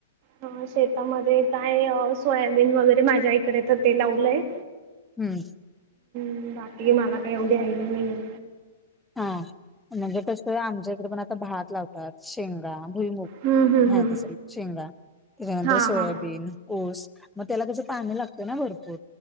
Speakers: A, on the right (about 40°); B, in the centre.
A: अ शेतामध्ये काय सोयाबीन वगैरे माझ्या इकडे त ते लावलंय.
B: हूं
A: आणि बाकीची मला कायं एवढी आयड्या नाहीये.
B: हा म्हणजे कसयं आमच्या इकडे पण आता भात लावतात शेंगा भुईमुग
A: हं हं
B: माहित
A: हं
B: असल शेंगा त्याच्यानंतर
A: हां
B: सोयाबीन
A: हां
B: ऊस म त्याला कसं पाणी लागतं ना भरपूर